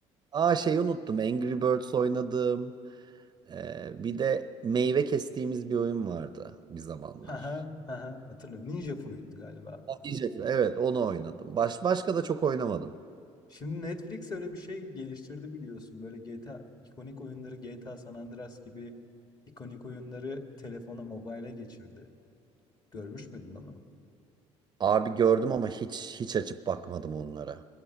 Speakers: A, on the right; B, on the left.
A: Aa şeyi unuttum. Angry Birds oynadım. Ee, bir de meyve kestiğimiz bir oyun vardı bir zamanlar.
B: Ha ha ha hatırlıyorum. Ninja Fruit'tu galiba.
A: Ha, Yiyecekler. Evet onu oynadım. Baş, başka da çok oynamadım.
B: Şimdi Netflix öyle bir şey geliştirdi biliyorsun. Böyle GTA, ikonik oyunları GTA San Andreas gibi ikonik oyunları telefona, mobile'e geçirdi. Görmüş müydün onu?
A: Abi gördüm ama hiç hiç açıp bakmadım onlara.